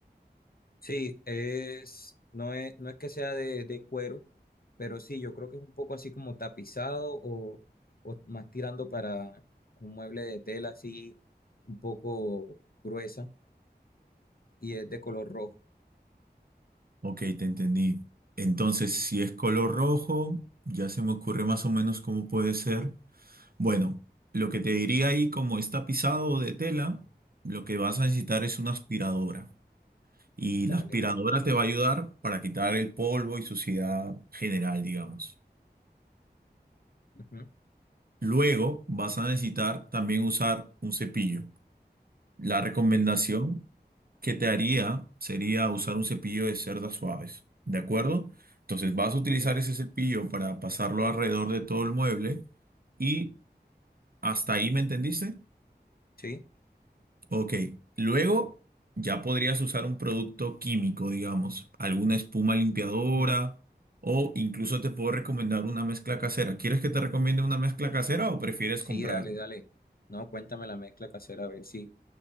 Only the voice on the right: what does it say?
Ok, te entendí. Entonces, si es color rojo, ya se me ocurre más o menos cómo puede ser. Bueno, lo que te diría ahí, como está pisado de tela, lo que vas a necesitar
es una aspiradora. Y
la aspiradora te va a ayudar para quitar el polvo y suciedad general, digamos.
Luego vas a necesitar también usar un cepillo. La recomendación
que te haría sería usar un cepillo de cerdas suaves, ¿de acuerdo? Entonces vas a utilizar
ese cepillo para pasarlo alrededor de todo el mueble y hasta ahí, ¿me entendiste?
Ok, luego ya podrías usar un producto químico, digamos, alguna espuma limpiadora
o incluso te puedo recomendar una mezcla casera. ¿Quieres que te recomiende una mezcla casera o prefieres
comprar?